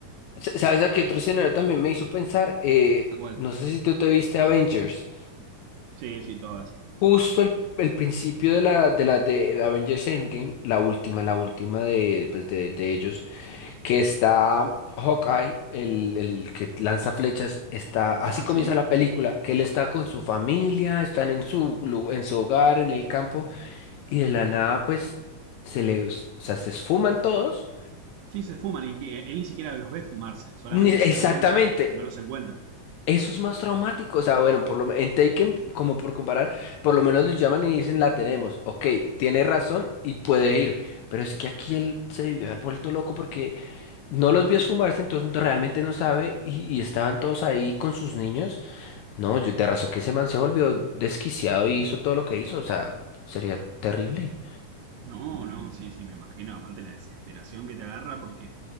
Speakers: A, on the left (about 80°); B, on the right (about 80°).
A: S- ¿Sabes a qué otro escenario también me hizo pensar? Eh,
B: ¿A cuál?
A: no sé si tú te viste Avengers.
B: Sí, sí, todas.
A: Justo el, el principio de la, de la de Avengers Endgame, la última, la última de, pues de, de ellos, que está Hawkeye, el, el que lanza flechas, está, así
B: Ah,
A: comienza
B: sí.
A: la película, que él está con su familia, están en su, lu- en su hogar, en el campo, y de la nada, pues, se le, o sea, se esfuman todos.
B: Sí, se fuman, y que él ni siquiera los ve fumarse, solamente
A: Ni-
B: se
A: Exactamente.
B: da vuelta y no los encuentra.
A: Eso es más traumático, o sea, bueno, por lo, me- en Taken, como por comparar, por lo menos le llaman y dicen la tenemos, ok, tiene razón y puede ir, pero es que aquí él se debió haber vuelto loco porque no los vio esfumarse, entonces no- realmente no sabe y, y estaban todos ahí con sus niños, no, yo de razón que ese man se volvió desquiciado y hizo todo lo que hizo, o sea, sería terrible.
B: No, no, sí, sí, me imagino. Aparte la desesperación que te agarra porque,